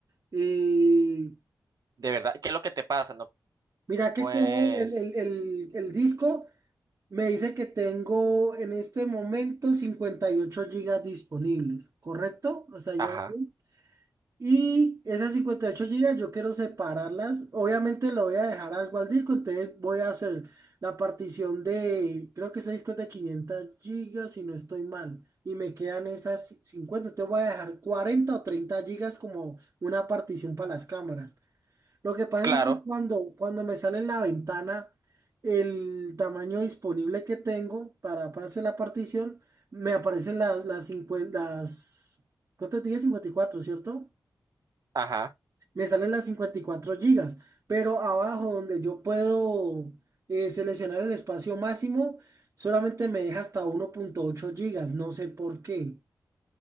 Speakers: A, on the right (about 50°); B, on the right (about 65°).
A: Eh,
B: de verdad, ¿qué es lo que te pasa? No,
A: Mira que
B: pues,
A: como el, el- el- el disco me dice que tengo en este momento 58 gigas disponibles, ¿correcto? Hasta ahí
B: ajá,
A: vamos bien. Y esas 58 gigas yo quiero separarlas. Obviamente le voy a dejar algo al disco, entonces voy a hacer la partición de, creo que ese disco es de 500 gigas si no estoy mal. Y me quedan esas 50. entonces voy a dejar 40 o 30 gigas como una partición para las cámaras. Lo que pasa
B: claro,
A: es que cuando, cuando me sale en la ventana el tamaño disponible que tengo para, para hacer la partición, me aparecen las, las cincuenta las, ¿cuánto dije? cincuenta y cuatro ¿cierto?
B: ajá.
A: Me salen las 54 gigas, pero abajo donde yo puedo eh, seleccionar el espacio máximo, solamente me deja hasta uno punto ocho gigas, no sé por qué.